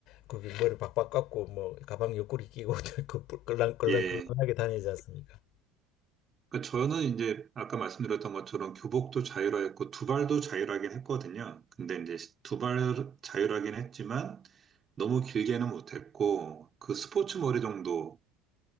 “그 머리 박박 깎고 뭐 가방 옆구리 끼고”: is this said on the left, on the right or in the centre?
Left